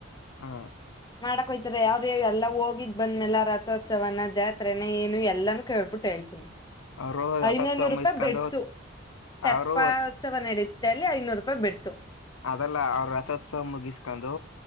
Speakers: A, on the left; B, on the left.
A: ಹಾ
B: ಮಾಡಕ್ ಹೋಗ್ತಾರೆ ಯಾವ್ರ ಯ ಎಲ್ಲಾ ಹೋಗಿದ್ ಬಂದ್ಮ್ಯಲೆ ರಥೋತ್ಸವನ ಜಾತ್ರೆನ ಏನು ಎಲ್ಲಾನೂ ಕೇಳ್ಬಿಟ್ಟು ಹೇಳ್ತೀನಿ
A: ಅವರು ರಥೋತ್ಸವ
B: ಐನೈನೂರು
A: ಮುಗಿಸ್ಕೊಂಡು
B: ರೂಪಾಯಿ ಬೆಡ್ಸು ತಪೋತ್ಸವ
A: ಅವರು
B: ನಡೀ ಐನೂರು ರೂಪಾಯಿ ಬಿಡ್ಸು
A: ಅದಲ್ಲ ಅವ್ರ ರಥೋತ್ಸವ ಮುಗಿಸ್ಕೊಂಡು